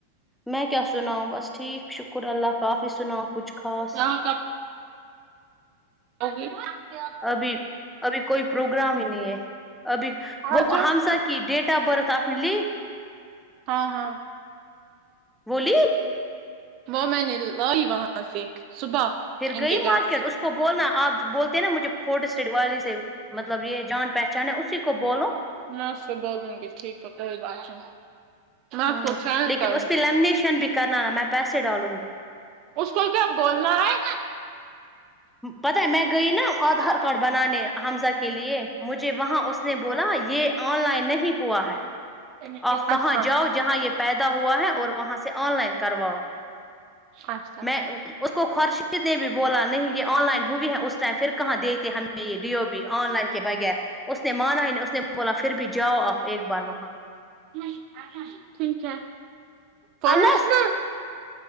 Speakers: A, in the centre; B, on the right.
A: میں کیا سناؤ بس ٹھیک شکر اللہ کافی سناؤ کچھ خاص
B: یہاں کب <inaudible>
A: ابھی ابھی کوئی پروگرام ہی ابھی
B: آجاؤ
A: وہ ہم سا کی ڈیٹ آف برت آنے لی
B: ہاں ہاں
A: بولی
B: وہ میں نے لائی وہاں سے صبح
A: پھر
B: ان
A: گئی
B: کے گھر
A: مارکیٹ
B: سے
A: اس کو بولنا آپ بولتے نا مجھے فورٹ اسٹٹ والی سے مطلب یہ جان پہچان ہے اسی کو بولو
B: ہاں اس سے بول دوں گی ٹھیک ہے کوئی بات نہیں میں
A: ہمم
B: اس کو سینڈ
A: لیکن
B: کروں
A: اس پہ
B: گی
A: لیمنیشن بھی کرنا نا میں پیسے ڈالوں گی
B: اس کو کیا بولنا ہے
A: پتہ ہے میں گئی نا آدھار کارڈ بنانے حمزہ کے لیے مجھے وہاں اس نے بولا یہ آن لائن نہیں ہوا ہے
B: ہے
A: آپ وہاں
B: اچھا
A: جاؤ جہاں یہ پیدا ہوا ہے اور وہاں سے آن لائن کرواؤ
B: اچھا
A: میں اس کو خورشید نے بھی بولا نہیں یہ آن لائن ہوئی ہے اس ٹائم پھر کہاں دیتے ہمیں یہ ڈیو بی آن لائن کے بغیر اس نے مانا ہی نہیں اس نے بولا پھر بھی جاؤ آپ ایک بار وہاں
B: <unintelligible>
A: انس